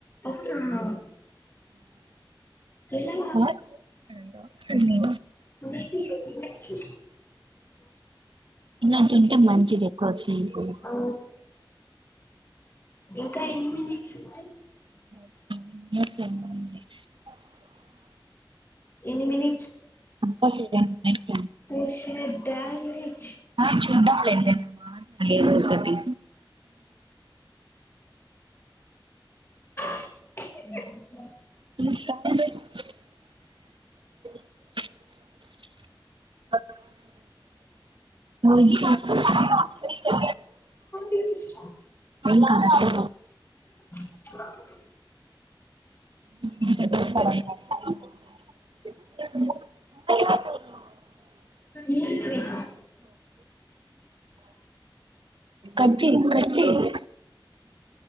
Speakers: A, on the left; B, on the right.
A: అవున ఎలా
B: సార్ చూస్తున్నాడంట
A: మే బి అయ్యుండచ్చు
B: ఇలాంటి ఉంటే మంచిది ఎక్కువ వచ్చు నీకు
A: ఆ ఇంకా ఎన్ని మినెట్స్ ఉంది
B: <unintelligible>
A: ఎనిమిది
B: ఇంకా సెవెన్ మినిట్స్
A: ఒ షెడ్ డామేట్
B: సార్ చూద్దాంలే మాట్లాడు ఏదో ఒకటి
A: <inaudible>
B: <inaudible> అక్క <unintelligible>
A: తెలుసు
B: ఏం కాదు
A: <unintelligible>
B: <unintelligible>
A: ఎం చేసా
B: కట్ చేయి కట్ చేయి <inaudible>